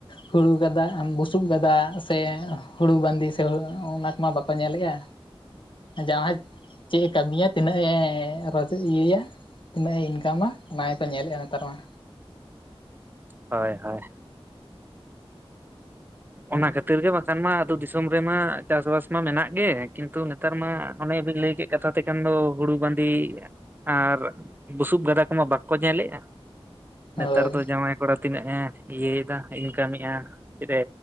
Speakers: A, on the left; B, on the right.
A: ᱦᱩᱲᱩ ᱜᱟᱫᱟ, ᱵᱩᱥᱩᱵ ᱜᱟᱫᱟᱜ ᱥᱮ ᱦᱩᱲᱩ ᱵᱟᱸᱫᱮ ᱥᱮ ᱚᱱᱟ ᱠᱚᱢᱟ ᱵᱟᱠᱚ ᱧᱮᱜᱼᱟ᱾ ᱡᱟᱸᱣᱟᱭ ᱪᱮᱫ ᱮ ᱠᱟᱹᱢᱤᱭᱟ ᱛᱤᱱᱟᱹᱜ ᱮ ᱨᱚᱡ ᱤᱭᱟᱹᱭᱟ᱾ ᱛᱤᱱᱟᱹᱜ ᱮ ᱤᱱᱠᱟᱢᱟ ᱚᱱᱟ ᱜᱮᱠᱚ ᱧᱮᱞᱮᱜᱼᱟ ᱱᱮᱛᱟᱨ ᱢᱟ᱾
B: ᱦᱳᱭ ᱦᱳᱭ᱾ ᱚᱱᱟ ᱠᱷᱟᱹᱛᱤᱨ ᱜᱮ ᱵᱟᱠᱷᱟᱱ ᱢᱟ ᱟᱹᱛᱩ ᱫᱤᱥᱚᱢ ᱨᱮᱢᱟ ᱪᱟᱥᱵᱟᱥ ᱢᱟ ᱢᱮᱱᱟᱜ ᱜᱮ᱾ ᱠᱤᱱᱛᱩ ᱱᱮᱛᱟᱨ ᱢᱟ ᱚᱱᱮᱵᱤᱱ ᱞᱟᱹᱭ ᱠᱮᱜ ᱠᱟᱛᱷᱟ ᱛᱮᱠᱟᱱ ᱫᱚ ᱦᱩᱲᱩ ᱵᱟᱸᱫᱤ ᱟᱨ ᱵᱩᱥᱩᱵ ᱜᱟᱫᱟ ᱠᱚᱢᱟ ᱵᱟᱠᱚ ᱧᱮᱞᱮᱜᱼᱟ, ᱱᱮᱛᱟᱨ
A: ᱦᱳᱭ
B: ᱫᱚ ᱡᱟᱣᱟᱸᱭ ᱠᱚᱲᱟ ᱛᱤᱱᱟᱹᱜ ᱮ ᱤᱭᱟᱹᱭᱫᱟ ᱤᱱᱠᱟᱹᱢᱮᱜ-ᱟ ᱾ ᱨᱮ